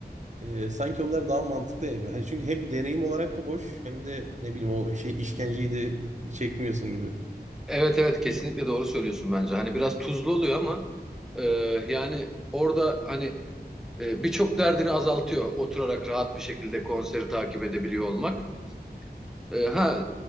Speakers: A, on the right (about 45°); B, in the centre.
A: e, sanki onlar daha mantıklı gibi Hani çünkü hem deneyim olarak da hoş hem de ne bileyim o şey işkenceyi de çekmiyorsun gibi.
B: Evet evet kesinlikle doğru söylüyorsun bence. Hani biraz tuzlu oluyor ama e, yani orada hani E, birçok derdini azaltıyor oturarak rahat bir şekilde konseri takip edebiliyor olmak. E, ha